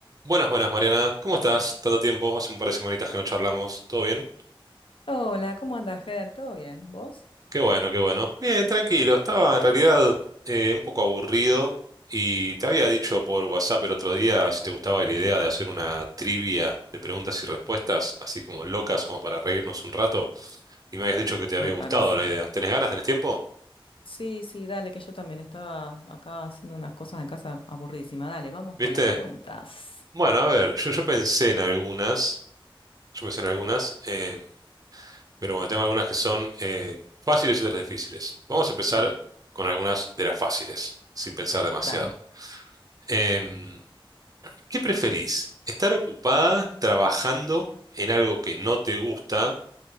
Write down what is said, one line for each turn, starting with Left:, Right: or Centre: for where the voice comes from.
Right: Buenas, buenas, Mariana. ¿Cómo estás? Tanto tiempo, hace un par de semanitas que no charlamos. ¿Todo bien?
Left: Hola, ¿cómo andas, Ger? ¿Todo bien? ¿Vos?
Right: Qué bueno, qué bueno. Bien, tranquilo. Estaba en realidad eh, un poco aburrido y te había dicho por WhatsApp el otro día si te gustaba la idea de hacer una trivia de preguntas y respuestas, así como locas, como para reírnos un rato. Y me habías dicho que te
Left: Me
Right: había gustado
Left: parece.
Right: la idea. ¿Tenés ganas? ¿Tenés tiempo?
Left: Sí, sí, dale, que yo también estaba acá haciendo unas cosas en casa aburridísima. Dale, vamos
Right: ¿Viste?
Left: con las preguntas.
Right: Bueno, a ver, yo, yo pensé en algunas. Yo pensé en algunas. eh, Pero bueno, tengo algunas que son eh, fáciles y otras difíciles. Vamos a empezar con algunas de las fáciles, sin pensar demasiado.
Left: Dale.
Right: Em, ¿qué preferís? ¿Estar ocupada trabajando en algo que no te gusta,